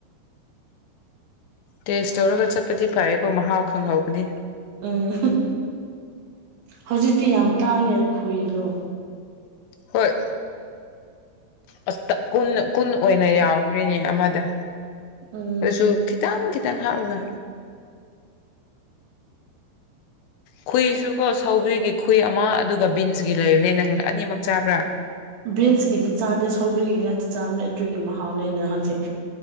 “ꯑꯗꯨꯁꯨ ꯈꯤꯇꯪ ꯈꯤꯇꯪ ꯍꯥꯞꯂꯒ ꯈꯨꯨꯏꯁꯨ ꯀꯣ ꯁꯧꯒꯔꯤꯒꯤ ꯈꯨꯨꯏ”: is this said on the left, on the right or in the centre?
Left